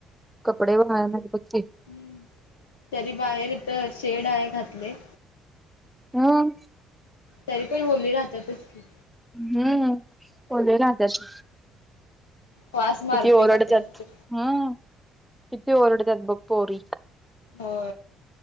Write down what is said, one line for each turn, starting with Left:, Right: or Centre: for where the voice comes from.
Centre: कपडे <unintelligible>
Left: हम्म. तरी बाहेर इथ शेड आहे घातलेय.
Centre: <unintelligible>
Left: तरी पण ओली राहत्यातच की.
Centre: हम्म ओले राहतात.
Left: वास मारते
Centre: किती ओरडत्यात.
Left: कपड्यांच
Centre: ह. किती ओरडत्यात बग पोरी.
Left: हो